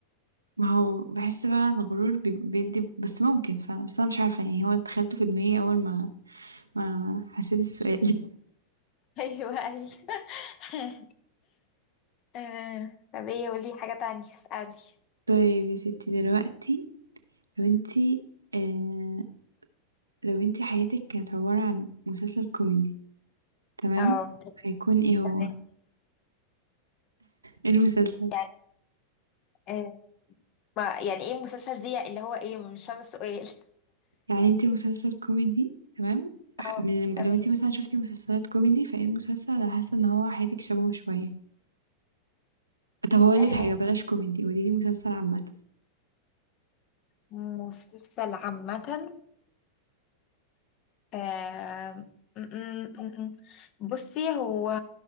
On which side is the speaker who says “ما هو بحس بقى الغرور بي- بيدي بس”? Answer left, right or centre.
Right